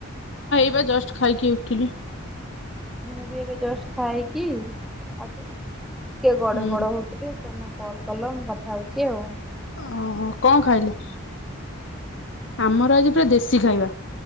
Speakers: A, on the left; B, in the centre.
A: ଏବେ ଜଷ୍ଟ ଖାଇକି ଉଠିଲି।
B: ମୁଁ ବି ଏବେ ଜଷ୍ଟ ଖାଇକି ଆସି ଲି। ଟିକେ ଗଡ
A: ହୁଁ।
B: ପଡ ହଉଥିଲି। ତମେ କଲ୍ କଲ ମୁଁ କଥା ହେଉଛି ଆଉ।
A: ଓହୋ କଣ ଖାଇଲ। ଆମର ଆଜି ପୁରା ଦେଶୀ ଖାଇବା